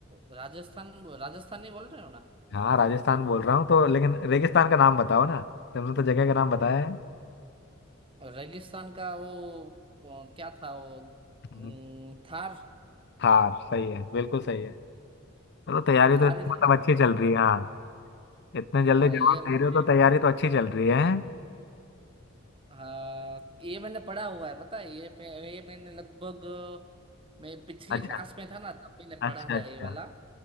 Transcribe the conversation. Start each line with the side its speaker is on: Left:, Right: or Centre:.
Right: राजस्थान राजस्थान नहीं बोल रहे हो ना
Left: हाँ राजस्थान बोल रहा हूँ तो लेकिन रेगिस्तान का नाम बताओ ना तुमने तो जगह का नाम बताया है
Right: रेगिस्तान का वो, वो क्या था वो
Left: हम्म,
Right: अम, थार
Left: हाँ सही है बिल्कुल सही है चलो तैयारी तो
Right: थार
Left: इसकी
Right: ही था
Left: मतलब
Right: ना
Left: अच्छी चल रही है हाँ इतने जल्दी
Right: आ, ये
Left: जवाब
Right: मैंने
Left: दे रहे हो तो तैयारी तो अच्छी चल रही है
Right: हाँ ये मैंने पढ़ा हुआ है पता है ये पे- ये मैंने लगभग मैं पिछली
Left: अच्छा
Right: क्लास में था ना तब मैंने पढ़ा
Left: अच्छा
Right: था
Left: अच्छा
Right: ये वाला